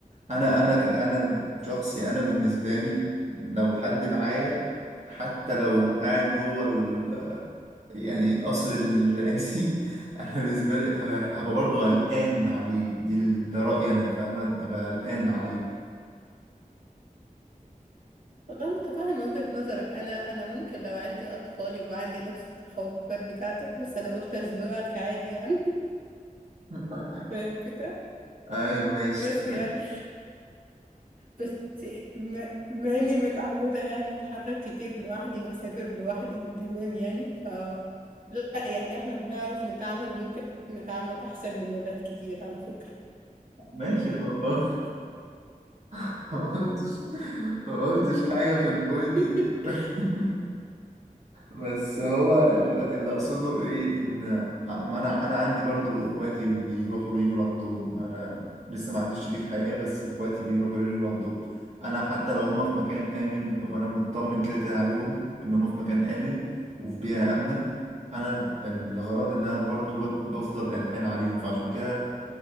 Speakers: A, on the right; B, on the right.
A: انا انا ك- انا شخصي انا بالنسبه لي لو حد معايا حتى لو قاعد جوه ال- يعني القصر الرئاسي <laughs> انا بالنسبه لي هبقى, هبقى برضو قلقان عليه دي ال- ده رايي انا فاهمه هبقى قلقان عليه
B: والله متفهمة وجهة نظرك أنا أنا ممكن لو عندي أطفال يبقى عندي نفس التخوفات بتاعتك بس أنا قلت أزنقك عادي يعني
A: <laughs>
B: <laughs> فاهم الفكرة
A: ايوه ماشي
B: بس
A: تمام
B: يعني بس ما- مع اني متعودة يعني اتحرك كتير لوحدي واسافر لوحدي وتمام يعني ف لا يعني احنا بنعرف نتعامل وممكن نتعامل احسن من ولاد كتير على فكرة
A: ماشي ما ما- <laughs> ما قلتش ما قلتش حاجه في البوينت
B: <laughs>
A: دي <laughs> بس هو ال- اللي اقصده ايه ان ع- ما انا انا عندي برضو اخواتي بيروحوا ويجوا لوحدهم انا لسه ما عنديش شريك حياة بس اخواتي بيروحوا ويجوا لوحدهم انا حتى لو هم في مكان امن وانا مطمن كده كده عليهم ان هم في مكان امن وفي بيئة امنة انا الغرض ان انا برضو بب- بفضل قلقان عليهم فعشان كده